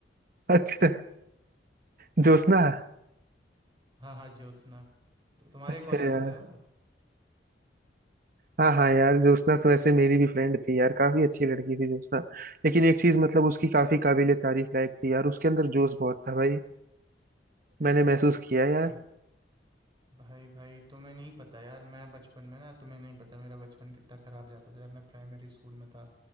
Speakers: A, on the right; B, on the right.
A: अच्छा ज्योत्सना
B: हाँ हाँ ज्योत्सना तो तुम्हारे
A: अच्छा
B: कॉलेज
A: यार
B: में तो है वो
A: हाँ हाँ यार ज्योत्सना तो ऐसे मेरी भी फ्रेंड थी यार काफी अच्छी लड़की थी ज्योत्सना लेकिन एक चीज मतलब उसकी काफी काबिले तारीफ लायक थी यार उसके अंदर जोश बहुत था भाई मैंने महसूस किया यार
B: भा, भाई भाई तुम्हें नहीं पता यार मैं बचपन में ना तुम्हें नहीं पता मेरा बचपन कितना ख़राब जाता था जब मैं प्राइमरी स्कूल में था